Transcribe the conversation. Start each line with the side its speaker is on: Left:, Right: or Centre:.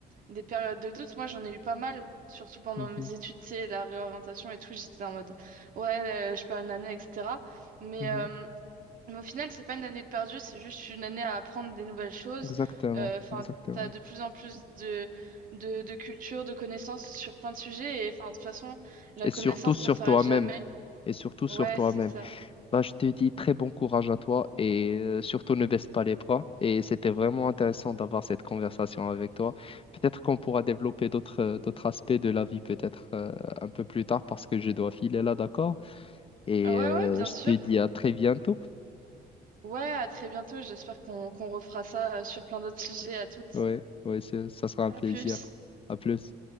Right: des périodes de doute. Moi, j'en ai eu pas mal, surtout pendant
Left: Mhm.
Right: mes études, c'est la réorientation et tout, j'étais en mode, ouais, euh, je perds une année, etc. Mais,
Left: Mhm.
Right: euh, mais au final, c'est pas une année de perdu, c'est juste une année à apprendre des nouvelles choses.
Left: Exactement,
Right: Euh, Enfin,
Left: exactement.
Right: t'as de plus en plus de, de, de culture, de connaissances sur plein de sujets. Et enfin, de toute façon, la
Left: Et
Right: connaissance,
Left: surtout sur
Right: ça s'arrête
Left: toi-même.
Right: jamais.
Left: Et surtout sur
Right: Ouais,
Left: toi-même.
Right: c'est ça.
Left: Bah, je te dis très bon courage à toi et euh, surtout ne baisse pas les bras. Et c'était vraiment intéressant d'avoir cette conversation avec toi. Peut-être qu'on pourra développer d'autres euh, d'autres aspects de la vie peut-être euh, un peu plus tard parce que je dois filer là, d'accord? Et
Right: Ouais, ouais,
Left: euh,
Right: bien
Left: je
Right: sûr.
Left: te dis à très bientôt.
Right: Ouais, à très bientôt. J'espère qu'on qu'on refera ça euh, sur plein d'autres sujets. À toutes.
Left: Ouais, ouais, c'est- ça sera un
Right: À
Left: plaisir.
Right: plus.
Left: À plus.